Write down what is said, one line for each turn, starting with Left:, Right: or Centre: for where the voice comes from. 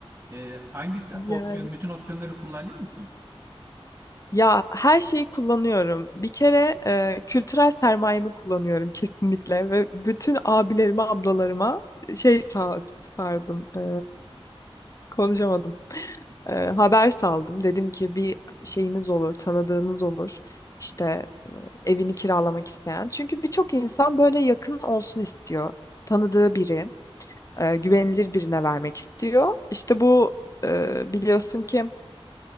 Right: E, hangisi opsiyon,
Left: Yani
Right: bütün opsiyonları kullanıyor musun?
Left: ya her şeyi kullanıyorum. Bir kere e, kültürel sermayemi kullanıyorum kesinlikle ve bütün abilerime, ablalarıma şey sa- sardım. e, konuşamadım. E, haber saldım. Dedim ki bir şeyiniz olur, tanıdığınız olur. İşte e, evini kiralamak isteyen. Çünkü birçok insan böyle yakın olsun istiyor. Tanıdığı biri, e, güvenilir birine vermek istiyor. İşte bu e, biliyorsun ki